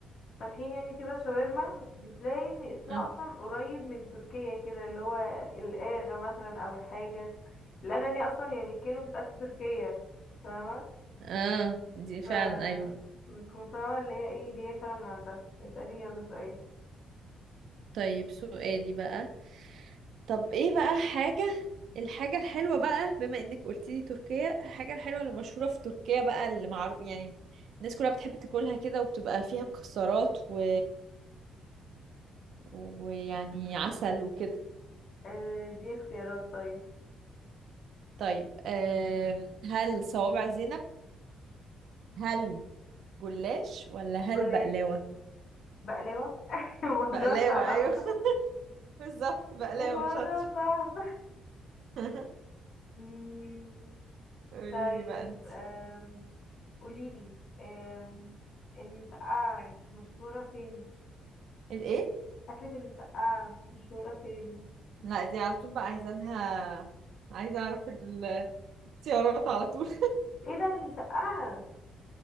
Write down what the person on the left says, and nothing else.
فاتحين يعني كده شاورما بتلاقي ان اسمها
اصلا قريب من تركيا كده اللي هو الاغا مثلا او الحاجه الاغا دي اصلا يعني كلمه بتتقال في تركيا فاهمه
ف
بتكون فاهمه اللي هي ايه جايه فعلا من عندها اساليني يلا طيب
آه دي اختيارات طيب
جلاش
بقلاوه <laughs> الموضوع
صعب
الموضوع
صعب
مم،
طيب
آم، قوليلي آم، المسقعة مشهورة فين؟
أكلة المسقعة مشهورة فين؟
ايه ده المسقعة؟